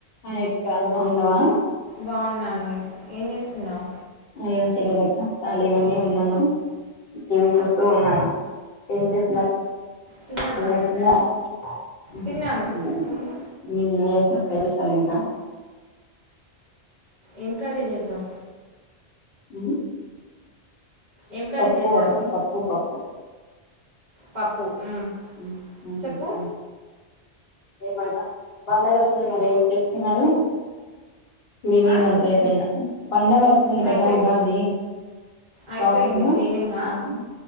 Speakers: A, on the left; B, on the right.
A: Hi అక్క బాగున్నావా
B: బాగున్నాను ఏం చేస్తున్నావ్
A: ఏం చేయలేదక్కా ఖాళీగానే ఉన్నాను. టీవీ చూస్తూ ఉన్నాను ఏం చేస్తునర్
B: తిన్నావా
A: ఏమన్నా తిన్నావా హు
B: తిన్నాను ఉమ్.
A: హ్మ్ హు కదిలేశాల్ ఇంకా
B: ఏం కర్రీ చేసావ్
A: హ్మ్
B: ఏం కర్రీ
A: పప్పు
B: చేసావు
A: అట్ల పప్పు పప్పు
B: పప్పు ఉమ్.
A: మ్మ్ మ్మ్
B: చెప్పు
A: హు ఏమైనా పండగ వస్తుంది మరి ఏం తెచ్చినారు క్లీనింగ్
B: ఆ?
A: అంతా అయిపోయిందా పండగ వస్తుంది కదా
B: అయిపోయింది
A: ఉగాది
B: అయిపోయింది
A: షాపింగ్
B: క్లీనింగ్
A: షాపింగ్